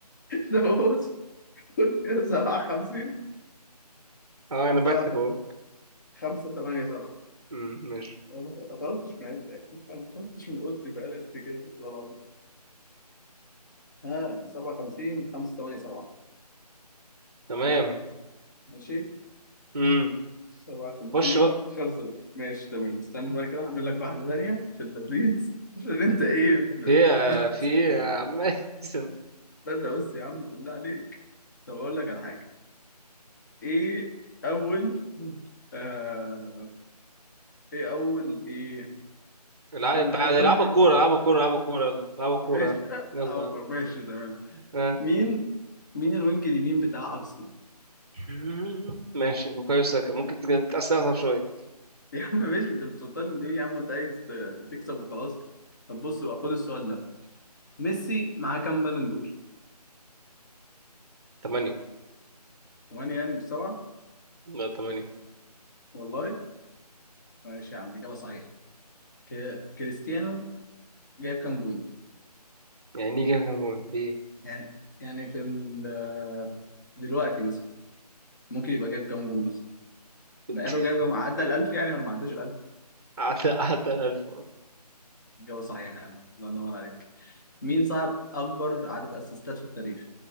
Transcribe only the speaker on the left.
ده بص خد كده 57
7
5 8 7
انا ما خرجتش من عدة يعني انا ما خرجتش من اوضتي بقالي قد كده والله العظيم ها 57 5 8 7
ماشي
57
خمسة ماشي تمام استنى بقى كده اعمل لك واحدة تانية في اللذيذ عشان انت ايه ب-
<laughs>
استنى بس يا عم بالله عليك طب اقول لك على حاجة ايه اول آه... ايه اول ايه
استنى عايز
اقول لك
ماشي <laughs> آه،
العب الكورة ماشي تمام
مين مين الوينج اليمين بتاع ارسنال
<laughs> يا عم ماشي انت بتفطرني ليه يا عم انت عايز ت- تكسب وخلاص طب بص بقى خد السؤال ده ميسي معاه كام بالون دور؟
ثمانية يعني مش سبعة
والله ماشي يا عم إجابة صحيحة ك- كريستيانو جايب كام جول؟
يعني يعني في ال- دلوقتي مثلا ممكن يبقى جايب كام جول مثلا؟
بقاله جايب كام عدى ال 1000 يعني ولا ما عداش ال 1000؟
إجابة صحيحة يا عم الله ينور عليك مين صاحب أكبر عدد أسيستات في التاريخ؟